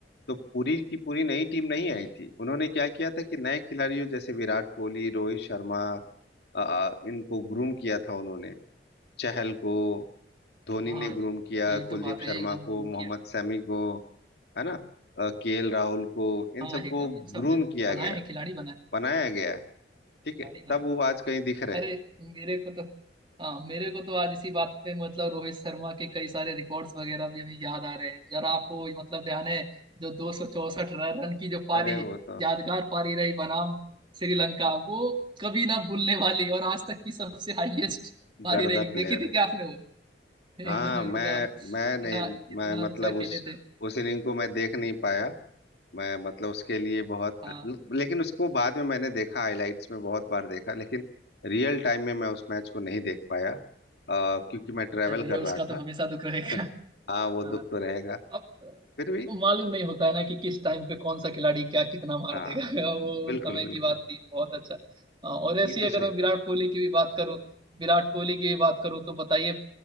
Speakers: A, on the left; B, on the right.
A: तो पूरी की पूरी नई टीम नहीं
B: हम्म
A: आई थी उन्होंने क्या किया था कि नए खिलाड़ियों जैसे विराट कोहली रोहित शर्मा अ, इनको ग्रूम किया था उन्होंने चहल को धोनी
B: हाँ
A: ने ग्रूम किया
B: ये
A: कुलदीप
B: तो बात है
A: शर्मा
B: एकदम घूम
A: को मोहम्मद
B: किया
A: शमी को है ना केएल राहुल को इन
B: हाँ
A: सबको
B: एकदम इन सब
A: ग्रूम
B: ने
A: किया
B: बनाए
A: गया
B: हैं खिलाड़ी बनाए हैं।
A: बनाया गया है
B: खिलाड़ी
A: ठीक है
B: बना
A: तब वो आज कहीं
B: है।
A: दिख रहे
B: अरे
A: हैं
B: मेरे को तो हाँ मेरे को तो आज इसी बात पे मतलब रोहित शर्मा के कई सारे रिकॉर्ड्स वगैरह भी अभी याद आ रहे हैं जरा आपको मतलब ध्यान है जो दो सौ चौसठ रन की जो पारी
A: अरे वो तो
B: यादगार पारी रही बनाम श्रीलंका वो कभी ना भूलने वाली और आज तक की सबसे हाईएस्ट पारी
A: गर्दा
B: रही देखी
A: प्लेयर
B: थी
A: है
B: क्या आपने वो <laughs> एकदम
A: हाँ
B: एकदम
A: मैं मैं
B: इतना
A: नहीं
B: इतना
A: मैं मतलब
B: अच्छा खेले
A: उस
B: थे
A: उस इनिंग को मैं देख नहीं पाया मैं मतलब उसके लिए बहुत
B: हाँ
A: लेकिन उसको बाद में मैंने देखा हाइलाइट्स में बहुत बार देखा लेकिन रियल टाइम में मैं उस मैच को नहीं देख पाया अ, क्योंकि मैं ट्रैवल
B: चलिए
A: कर
B: उसका
A: रहा था
B: तो हमेशा दुख रहेगा
A: <laughs> हाँ वो
B: हाँ
A: दुख तो रहेगा
B: अब
A: फिर भी
B: मालूम नहीं होता है ना कि किस टाइम पे कौन सा खिलाड़ी क्या कितना मार
A: हाँ
B: देगा <laughs> वो
A: बिल्कुल
B: उस समय
A: बिल्कुल
B: की बात थी बहुत अच्छा हाँ, और ऐसी
A: बिल्कुल
B: अगर
A: सही
B: मैं
A: कहा
B: विराट कोहली की भी बात करूं विराट कोहली की भी बात करूं तो बताइए